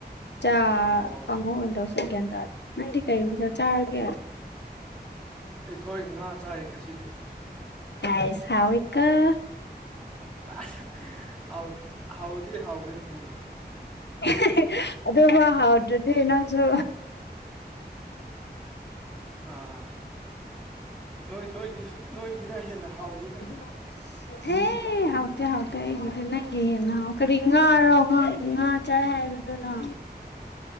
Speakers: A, on the left; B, in the centre.
A: ꯆꯥ
B: ꯑꯣ
A: ꯀꯥꯡꯍꯧ ꯑꯣꯏꯅ ꯇꯧꯁꯤꯔꯥ ꯒꯌ꯭ꯥꯟ ꯇꯥꯗꯦ ꯅꯪꯗꯤ ꯀꯔꯤ ꯃꯥꯊꯦꯜ ꯆꯥꯔꯒꯦ
B: ꯑꯩꯈꯣꯏ ꯉꯥ ꯆꯥꯏ ꯉꯁꯤꯗꯤ
A: ꯇꯥꯏꯁ ꯍꯥꯎꯏ ꯀꫭ
B: ꯑꯥꯁ ꯍꯥꯎ ꯍꯥꯎꯗꯤ ꯍꯥꯎꯕ ꯎꯝ
A: <unintelligible> ꯑꯗꯣꯒꯥ ꯍꯥꯎꯗ꯭ꯔꯗꯤ ꯅꯪꯁꯨ꯫
B: ꯑꯥ ꯑꯥ ꯅꯣꯏ ꯅꯣꯏꯒꯤꯁꯨ ꯅꯣꯏꯒꯤꯅ ꯍꯦꯟꯅ ꯍꯥꯎꯅꯤ
A: <inaudible>
B: <inaudible>
A: ꯑꯦ ꯍꯥꯎꯇꯦ-ꯍꯥꯎꯇꯦ ꯑꯩꯒꯤꯗꯤ ꯅꯪꯒꯤ ꯍꯦꯟꯅ ꯍꯥꯎ ꯀꯔꯤ ꯉꯥꯔꫭ ꯉꯥ ꯉꯥ ꯆꯔ ꯍꯥꯏꯕꯗꯨꯅꯣ꯫